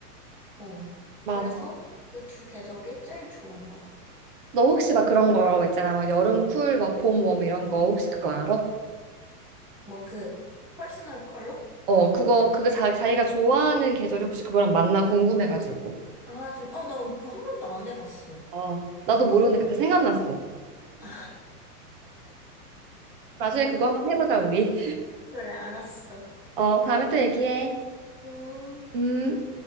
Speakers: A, in the centre; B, on the right (about 35°).
A: 어.
B: 맞아.
A: 그래서 그 두 계절이 제일 좋은 것 같아.
B: 너 혹시 막 그런 거 있잖아. 막 여름 쿨, 막 봄 웜 이런 거 혹시 그거 알아?
A: 뭐 그 퍼스널 컬러?
B: 어, 그거 그거 자, 자기가 좋아하는 계절이 혹시 그거랑 맞나 궁금해가지고.
A: 아, 진, 어, 나 그거 한 번도 안 해봤어.
B: 어, 나도 모르는데 갑자기 생각났어.
A: 아,
B: 나중에 그거 한번 해보자, 우리.
A: 그래, 알았어.
B: 어, 다음에 또 얘기해.
A: 음.
B: 음.